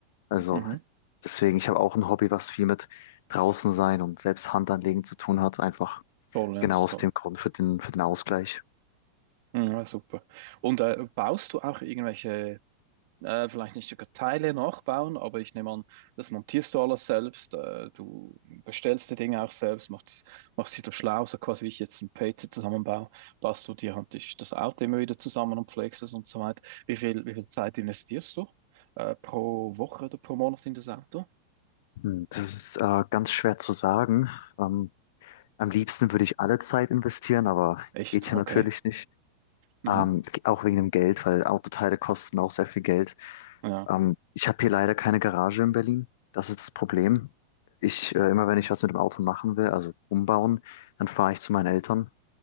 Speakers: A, on the left; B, on the right.
A: Also
B: Mhm.
A: deswegen, ich habe auch ein Hobby, was viel mit draußen sein und selbst Hand anlegen zu tun hat. Einfach
B: Toll, ja,
A: genau
B: das ist
A: aus
B: toll.
A: dem Grund für den, für den Ausgleich.
B: Ja, super. Und äh, baust du auch irgendwelche Äh, vielleicht nicht sogar Teile nachbauen, aber ich nehme an, das montierst du alles selbst. Äh, du bestellst die Dinge auch selbst, machst, machst sie da schlau, so quasi wie ich jetzt ein PC zusammenbaue, baust du dir halt dich- das Auto immer wieder zusammen und pflegst es und so weiter. Wie viel, wie viel Zeit investierst du äh, pro Woche oder pro Monat in das Auto?
A: Hm, Das ist äh, ganz schwer zu sagen. Ähm, am liebsten würde ich alle Zeit investieren, aber
B: Echt?
A: geht
B: Okay.
A: ja natürlich nicht.
B: Mhm.
A: Ähm, auch wegen dem Geld, weil Autoteile kosten auch sehr viel Geld.
B: Ja.
A: Ähm, ich habe hier leider keine Garage in Berlin. Das ist das Problem. Ich, äh, immer wenn ich was mit dem Auto machen will, also umbauen, dann fahre ich zu meinen Eltern,